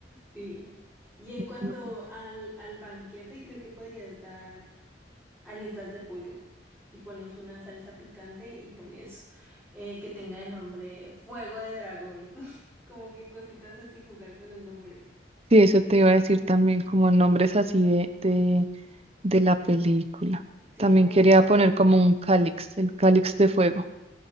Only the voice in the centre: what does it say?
Sí. Y en
cuanto al, al banquete, creo que podrías dar alitas de pollo y pones una salsa picante y pones eh, que tenga de nombre fuego de dragón. <laughs> Como que cositas así, jugar con los nombres.
Sí,
como
mágicos.